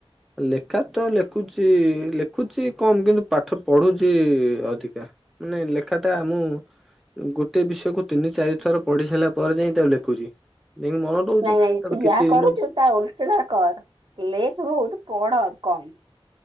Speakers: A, in the centre; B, on the right (about 55°).
A: ଲେଖା ତ ଲେଖୁଛି, ଲେଖୁଛି କମ୍ କିନ୍ତୁ ପାଠ ପଢୁଛି ଅଧିକା। ମାନେ ଲେଖା ଟା ମୁଁ ଗୋଟେ ବିଷୟ କୁ ତିନି ଚାରି ଥର ପଢି ସାରିଲା ପରେ ଯାଇ ତାକୁ ଲେଖୁଛି। ନେଇ ମନ ଦୋଉଛି
B: ନାଇଁ ନାଇଁ
A: ତାପରେ
B: ତୁ ଯାହା
A: କିଛି
B: କରୁଛୁ
A: ଦିନ
B: ତା ଓଲୋଟା ଟା କର, ଲେଖ୍ ବହୁତ୍ ପଢ କମ୍।